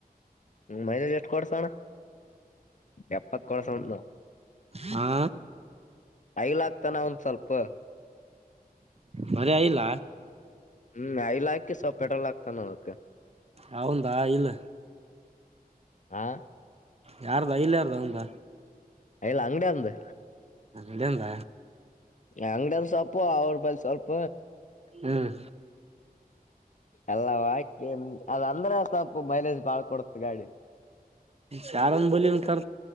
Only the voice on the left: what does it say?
ಮೈದಾಜ್ ಎಷ್ಟು ಕೊಡ್ಸೋಣ ಎಪ್ಪತ್ ಕೊಡ್ಸಣ ನಾವ
ರೈಲಗ್ತಾನ ಒಂದ ಸ್ವಲ್ಪ
ಹ್ಮ್ ಐಲ ಹಾಕಿ ಸ್ವಲ್ಪ ಪೆಟ್ರೋಲ್ ಹಾಕ್ತಾನಕ್
ಆ
ಎಲ್ಲ ಅಂಗಡಿ ಅಂದು
ಅಂಗಡಿಯನ್ ಸ್ಪು ಅವ್ರ ಬಳಿ ಸ್ವಲ್ಪ
ಅಲ್ಲ ವಕೆ ಅದಂದ್ರೆ ಸ್ವಲ್ಪ ಮೈಲೇಜ್ ಬಾಳ್ ಕೊಡತ ಗಾಡಿ